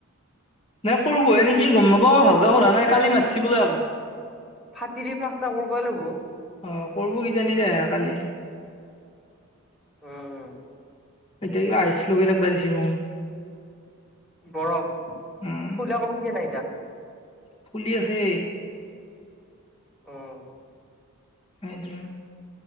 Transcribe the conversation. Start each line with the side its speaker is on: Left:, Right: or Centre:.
Left: নাই
Centre: এ
Left: কৰবহে
Centre: কি ফাটিলি
Left: নেকি গম নাপা মই ভালকে সুধৰা নাই কালি মাতিছিল বোলে আকৌ,
Centre: ফাটি দি প্ৰস্তাৰ কৰিবই লাগিব।
Left: অ কৰব কিজানি দে কালি।
Centre: উম উম
Left: এতিয়া কিবা আইচ লে থাকিব বাঢ়িছে দেখোন।
Centre: বৰফ
Left: উম
Centre: ফুলা কমিচে নাই এতিয়া।
Left: ফুলি আছে।
Centre: উম
Left: সেইটোয়ে